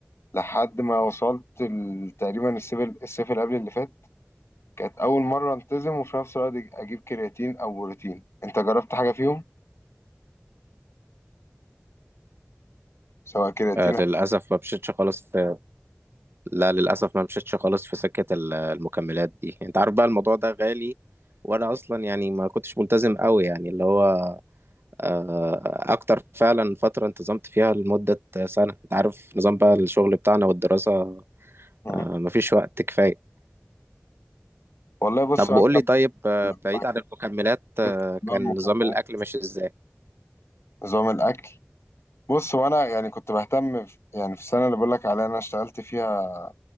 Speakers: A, on the left; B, on the right.
A: لحد ما وصلت ال- تقريبا الصيف الصيف اللي قبل اللي فات كانت أول مرة أنتظم وفي نفس الوقت أجيب كرياتين أو بروتين أنت جربت حاجة فيهم؟ سواء كرياتين
B: آه
A: أو
B: للأسف ما مشيتش خالص في... لا للأسف ما مشيتش خالص في سكة ال- المكملات دي أنت عارف بقى الموضوع ده غالي وأنا أصلا يعني ما كنتش ملتزم قوي يعني اللي هو آه، اكتر فعلا فترة انتظمت فيها لمدة سنة انت عارف نظام بقى الشغل بتاعنا والدراسة
A: مم.
B: آه، مفيش وقت كفاية
A: والله بص
B: طب
A: أنا
B: قول
A: لما
B: لي طيب آه،
A: لما
B: بعيد عن المكملات آه،
A: جبت
B: كان
A: نظام المكملات
B: نظام الاكل ماشي ازاي
A: نظام الأكل بص وأنا يعني كنت بهتم في- يعني في السنة اللي بقول لك عليها أنا اشتغلت فيها